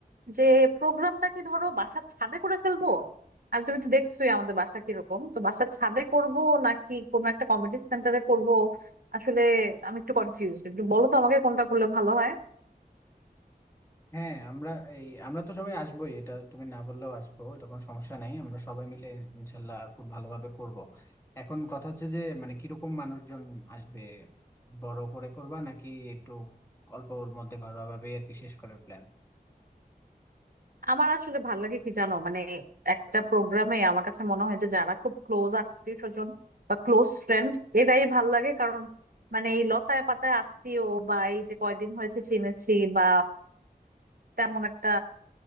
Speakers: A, on the right; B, on the left.
A: যে প্রোগ্রামটা কি ধরো বাসার ছাদে করে ফেলবো আর তুমি তো দেখছোই আমাদের বাসা কিরকম তো বাসার ছাদে করব নাকি কোনো একটা কমিউনিটি সেন্টারে করব আসলে আমি একটু কনফিউজড একটু বলো তো আমাকে কোনটা করলে ভালো হয়
B: হ্যাঁ আমরা এই আমরা তো সবাই আসবোই এটা তুমি না বললেও আসবো এটা কোনো সমস্যা নাই আমরা সবাই মিলে ইনশাল্লাহ খুব ভালোভাবে করব এখন কথা হচ্ছে যে মানে কিরকম মানুষজন আসবে বড় করে করবা নাকি একটু অল্পর মধ্যে ঘরোয়া ভাবে আর কি শেষ করার প্ল্যান
A: আমার আসলে ভালো লাগে কি জানো মানে একটা প্রোগ্রামে আমার কাছে মনে হয় যে যারা খুব ক্লোজ আত্মীয় স্বজন বা ক্লোজ ফ্রেন্ড এরাই ভাল লাগে কারণ মানে এই লতায় পাতায় আত্মীয় বা এই যে কয়দিন হয়েছে চিনেছি বা তেমন একটা